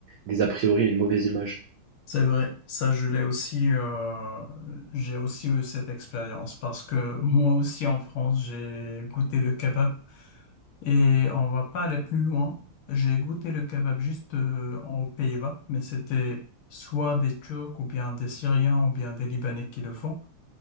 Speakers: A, on the right (about 80°); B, on the left (about 75°).
A: des a priori, une mauvaise image.
B: C'est vrai, ça je l'ai aussi, euh, j'ai aussi eu cette expérience parce que moi aussi en France j'ai goûté le kebab Et on va pas aller plus loin. J'ai goûté le kebab juste euh, aux Pays-Bas, mais c'était soit des Turcs ou bien des Syriens ou bien des Libanais qui le font.